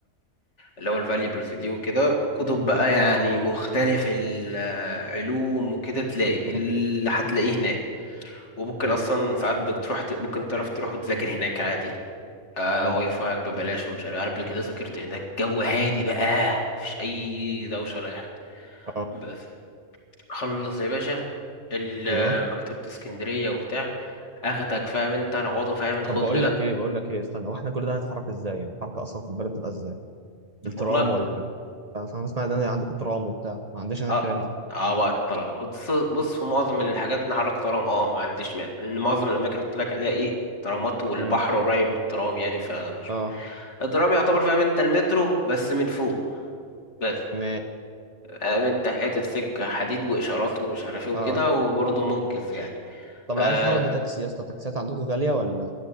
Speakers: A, on the left; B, on the right.
A: اللي هو الفاليبلز دي وكده وكتب بقى
B: اه
A: يعني مختلف العلوم وكده تلاقي
B: مم.
A: اللي هتلاقيه هناك وممكن
B: جميل.
A: أصلا ساعات بتروح ت- ممكن تعرف تروح وتذاكر هناك عادي آه
B: حلو
A: واي فاي ببلاش ومش عارف عارف قبل كده ذاكرت هناك جو هادي بقى مفيش أي دوشة ولا أي حاجة
B: اه
A: بس خلص يا باشا ال-
B: ايوه
A: مكتبة اسكندرية وبتاع اخدك فاهم انت نقعدوا فاهم ناخد
B: طب بقول
A: لنا
B: لك ايه بقول لك ايه استنى واحنا كل ده هنتحرك ازاي يعني الحركه اصلا في البلد بتبقى ازاي بالترام
A: والله
B: ولا بال... فانا اسمع ان انا عندكم ترام وبتاع ما عنديش انا
A: اه
B: الكلام ده
A: اه بقى الطلاق بص بص في معظم الحاجات نحرك ترام اه ما عنديش مانع لان معظم الاماكن اللي قلت لك عليها ايه ترامات والبحر
B: امم
A: قريب من الترام يعني فمش
B: اه
A: الترام يعتبر فاهم انت المترو بس من فوق بس
B: ما
A: فاهم انت حتة سكة حديد واشارات ومش عارف ايه وكده
B: اه
A: وبرضه منجز يعني
B: طب
A: اه
B: لو عايز تتحرك بتاكسي يا اسطى التاكسيات عندكم غاليه ولا